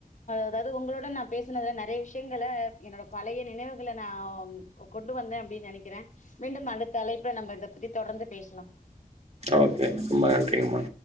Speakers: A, on the left (about 55°); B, on the right (about 45°).
A: அதாவது உங்களோட நா பேசுனதுல நறைய விஷயங்கள என்னோட பழைய நினைவுகள நா கொண்டு வந்த அப்பிடின்னு நனைக்ற மீண்டும் அடுத்த தலைப்புல நம்ம இத பத்தி தொடர்ந்து பேசலா
B: ஓகே ரொம்ப நன்றிங்கம்மா